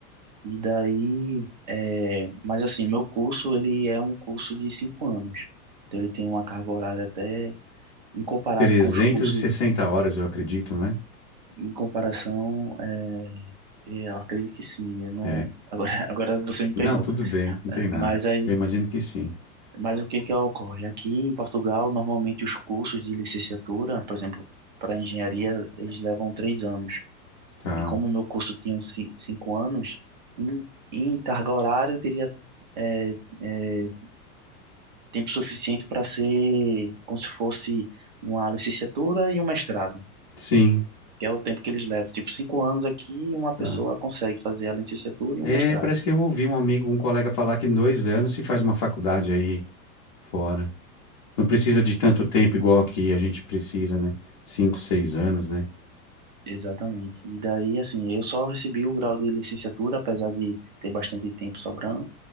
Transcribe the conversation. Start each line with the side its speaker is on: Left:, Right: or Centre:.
Right: E daí, é, mas assim, meu curso, ele é um curso de cinco anos, então ele tem uma carga horária até, em comparado
Left: trezentas
Right: com os cursos,
Left: e sessenta horas, eu acredito, não é?
Right: em comparação, é, é, eu acredito que sim, eu não,
Left: É,
Right: agora, <laughs> agora você me
Left: Não,
Right: pegou.
Left: tudo bem, não tem nada.
Right: Mas aí
Left: Eu imagino que sim.
Right: Mas o que que ocorre? Aqui em Portugal, normalmente os cursos de licenciatura, por exemplo, para engenharia, eles levam três anos.
Left: Tá.
Right: E como o meu curso tinha um ci- cinco anos, em, em carga horária eu teria é, é, tempo suficiente para ser como se fosse uma licenciatura e um mestrado,
Left: Sim,
Right: que é o tempo que eles levam. Tipo, cinco anos aqui, uma pessoa
Left: tá.
Right: consegue fazer a licenciatura e
Left: É,
Right: um mestrado.
Left: parece que eu ouvi um amigo, um colega falar que em dois anos se faz uma faculdade aí fora. Não precisa de tanto tempo igual aqui a gente precisa, né? Cinco, seis anos, né?
Right: Exatamente. E daí, assim, eu só recebi o grau de licenciatura, apesar de ter bastante tempo sobrando,